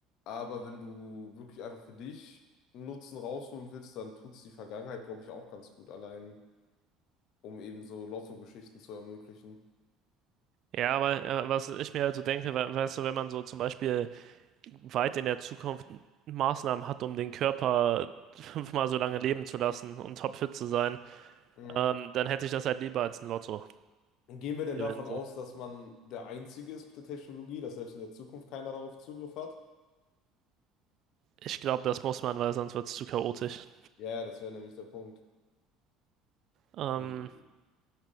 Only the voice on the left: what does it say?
Aber wenn du wirklich einfach für dich einen Nutzen rausholen willst, dann tut es die Vergangenheit, glaube ich, auch ganz gut allein, um eben so Lotto-Geschichten zu ermöglichen.
Hm.
Gehen wir denn
davon
aus, dass man der Einzige ist mit der Technologie, dass selbst in der Zukunft keiner darauf Zugriff hat?
Ja, das wäre nämlich der Punkt.
Hm.